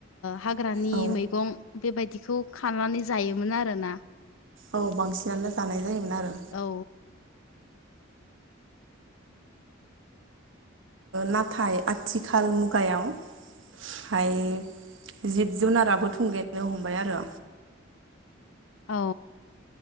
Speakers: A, on the left (about 85°); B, on the right (about 70°).
A: हाग्रानि
B: औ
A: मैगं बेबायदिखौ खानानै जायोमोन आरोना
B: औ बांसिनानो जानाय जायोमोन आरो।
A: औ
B: नाथाय आथिखाल मुगायाव ओमफाय जिब जुनाराबो थुंगेयनो हमबाय आरो।
A: औ